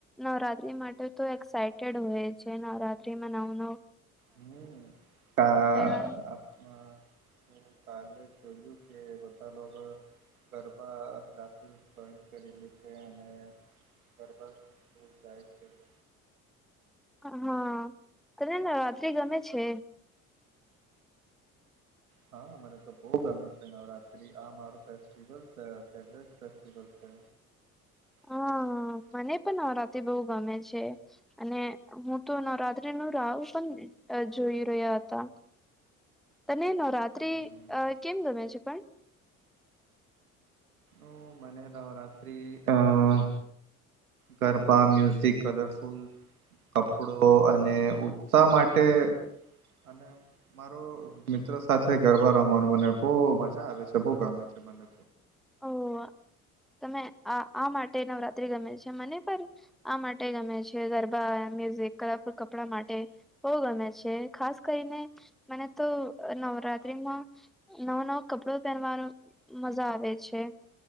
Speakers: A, in the centre; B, on the right.
A: નવરાત્રી માટે તો એક્સાઈટેડ હોય છે. નવરાત્રીમાં નવ-નવ
B: <unintelligible> કાલે
A: પહેરવા
B: જોયું કે બધા લોકો ગરબા <unintelligible> રીતે. અને ગરબા <unintelligible>
A: અહા. તને નવરાત્રિ ગમે છે?
B: હા. મને તો બહુ ગમે છે નવરાત્રી. આ મારો ફેસ્ટિવલ <unintelligible> ફેવરેટ ફેસ્ટિવલ છે.
A: હા
B: <inaudible>
A: મને પણ નવરાતી બહુ ગમે છે. અને હું તો નવરાત્રી નું રાવ પણ જોઈ રહ્યા હતા. તને નવરાત્રી
B: હમ.
A: અહ કેમ ગમે છે પણ?
B: અહ મને નવરાત્રી અહ ગરબા, મ્યુઝિક, કલરફુલ કપડો અને ઉત્સાહ માટે અને મારો મિત્રો સાથે ગરબા રમવાનું મને બહુ મજા આવે છે, બહુ ગમે છે મને.
A: ઓહ તમે આ-આ માટે નવરાત્રી ગમે છે. મને પણ આ માટે ગમે છે. ગરબા, એ મ્યુઝિક ક્લબ, કપડા માટે બહુ ગમે છે. ખાસ કરીને મને તો નવરાત્રીમાં નવો-નવો કપડો પહેરવાનો મજા આવે છે.